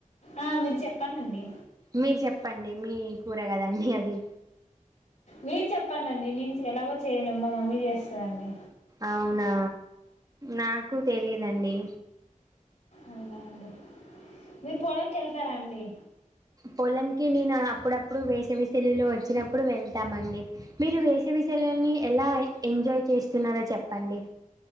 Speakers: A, on the left; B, on the right.
A: ఆ మీరు చెప్పంండండి
B: మీరు చెప్పండి మీ కూర కదండి అది
A: మీరు చెప్పండండి నేను ఎలాగో చేయను మా మమ్మీ చేస్తందండి
B: అవునా నాకు తెలిదండి
A: అవునా అండి మీరు పొలంకి వెళ్తారా అండి
B: పొలంకి నేను అప్పుడప్పుడు వేసవిసెలులో వచ్చినప్పుడు వెళ్తామండి మీరు వేసవి సెలవల్ని ఎలా ఎంజాయ్ చేస్తున్నారో చెప్పండి